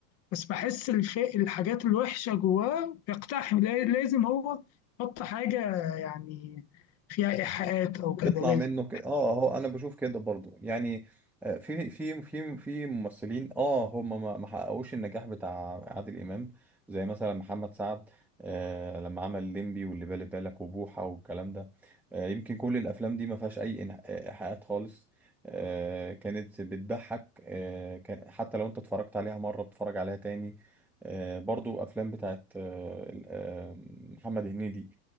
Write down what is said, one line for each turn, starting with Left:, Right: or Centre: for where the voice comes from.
Left: بس بحس الف... الحاجات الوحشة جواه بيقتحم لا- لازم هو يحط حاجة يعني فيها إيحاءات أو كده
Centre: بيطلع
Left: لازم
Centre: منه كده اه هو انا بشوف كده برضو يعني آه، في في في في ممثلين اه هم ما ما حققوش النجاح بتاع عادل امام زي مثلا محمد سعد آه لما عمل الليمبي واللي بالي بالك وبوحه والكلام ده آه يمكن كل الافلام دي ما فيهاش اي إنح- آه، ايحاءات خالص آه كانت بتضحك آه كان حتى لو انت اتفرجت عليها مره بتتفرج عليها تاني آه برضو افلام بتاعت آه آه، محمد هنيدي